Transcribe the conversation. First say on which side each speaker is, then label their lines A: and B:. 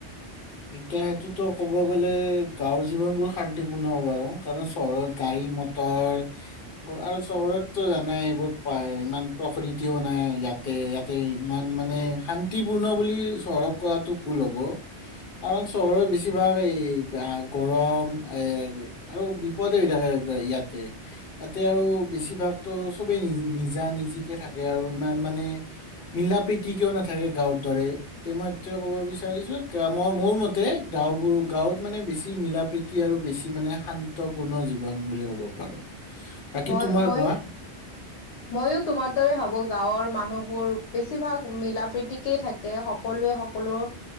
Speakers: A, on the left; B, on the left.
A: এতিয়া সেইটোতো ক'ব গ'লে গাঁৱৰ জীৱনবোৰ শান্তিপূৰ্ণ হ'ব আৰু। কাৰণ চহৰত গাড়ী মটৰ আৰু চহৰততো জানাই এইবোৰ পায় ইমান প্ৰকৃতিও নাই ইয়াত ইয়াতে ইমান মানে শান্তিপূৰ্ণ বুলি চহৰক কোৱাটো ভুল হ'ব। কাৰণ চহৰত বেছিভাগ এই গৰম এ আৰু বিপদ থাকে ইয়াতে ইয়াতে আৰু বেছিভাগ ত' চবেই নিজা নিজিকে থাকে আৰু। ইমান মানে মীলা প্ৰিতিকেও নাথাকে গাঁৱৰ দৰে। তে মই ক'ব বিচাৰিছো মই মোৰ মতে গাঁওবোৰ গাঁৱত মানে বেছি মিলা প্ৰীতি আৰু বেছি মানে শান্তি গুৰুত্বপূৰ্ণ জীৱন বুলি ক'ব পাৰো। বাকী
B: মই
A: তোমাৰ
B: মইয়ো
A: কোৱা?
B: ময়ো তোমাৰ দৰে ভাবো গাঁৱৰ মানুহবোৰ বেছিভাগ মিলা প্ৰতিকেই থাকে। সকলোৱে সকলো